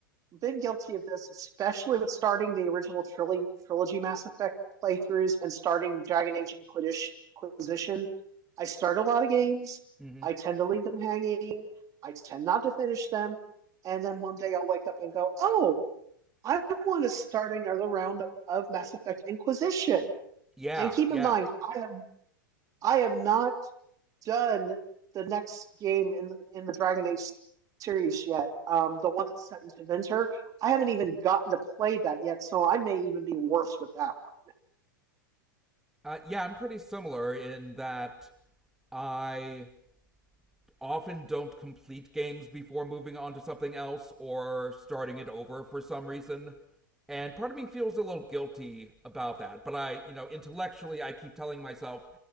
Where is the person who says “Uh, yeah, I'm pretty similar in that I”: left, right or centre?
Centre